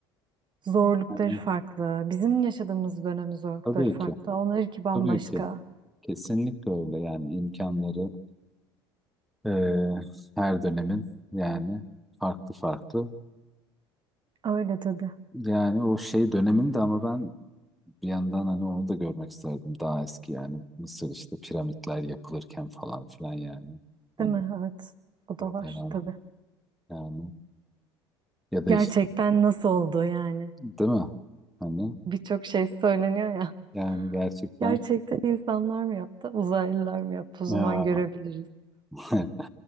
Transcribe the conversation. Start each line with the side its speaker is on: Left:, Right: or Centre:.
Right: Zorlukları
Centre: hani
Right: farklı. Bizim yaşadığımız dönemin zorlukları
Centre: tabii
Right: farklı.
Centre: ki
Right: Onlarınki bambaşka.
Centre: tabii ki kesinlikle öyle yani imkanları Ee, her dönemin yani farklı farklı.
Right: Öyle tabii.
Centre: Yani o şey döneminde ama ben bir yandan hani onu da görmek isterdim. Daha eski yani Mısır işte piramitler yapılırken falan filan yani. Hani
Right: Değil mi? Evet. O
Centre: o
Right: da var
Centre: dönem
Right: tabii.
Centre: yani ya da
Right: Gerçekten
Centre: işte
Right: nasıl oldu yani?
Centre: değil mi? Hani
Right: Birçok şey söyleniyor ya.
Centre: yani gerçekten
Right: Gerçekten insanlar mı yaptı? Uzaylılar mı yaptı? O
Centre: ya,
Right: zaman görebiliriz.
Centre: <laughs>